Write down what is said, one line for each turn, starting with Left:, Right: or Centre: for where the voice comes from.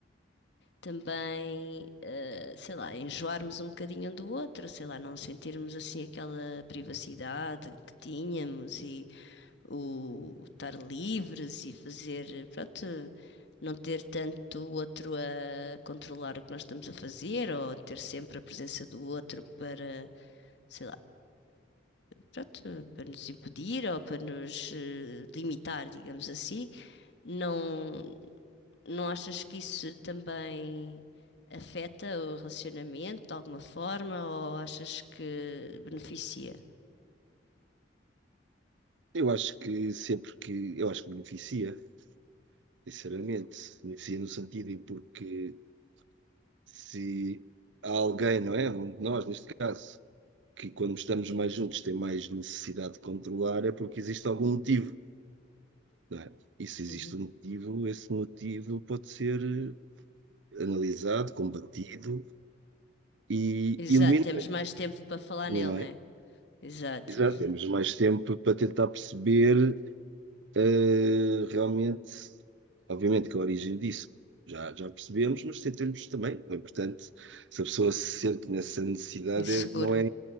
Left: também, eh, sei lá, enjoarmos um bocadinho um do outro, sei lá, não sentirmos assim aquela privacidade que tínhamos e o estar livres e fazer, pronto, não ter tanto o outro a controlar o que nós estamos a fazer ou ter sempre a presença do outro para, sei lá, pronto, para nos impedir ou para nos eh, limitar, digamos assim. Não. Não achas que isso também afeta o relacionamento de alguma forma ou achas que beneficia?
Right: Eu acho que sempre que. Eu acho que beneficia, sinceramente. Beneficia no sentido em porque se há alguém, não é? Um de nós, neste caso, que quando estamos mais juntos tem mais necessidade de controlar, é porque existe algum motivo, não é? E se existe
Left: Uhum.
Right: um motivo, esse motivo pode ser eh, analisado, combatido e
Left: Exato,
Right: eliminado,
Left: temos mais tempo para falar
Right: não
Left: nele, né?
Right: é?
Left: Exato,
Right: Exato.
Left: exato.
Right: Temos mais tempo para tentar perceber Eh, realmente, obviamente que a origem disso já, já percebemos, mas tentamos também. É importante, se a pessoa se sente nessa necessidade,
Left: Insegura.
Right: é- não é,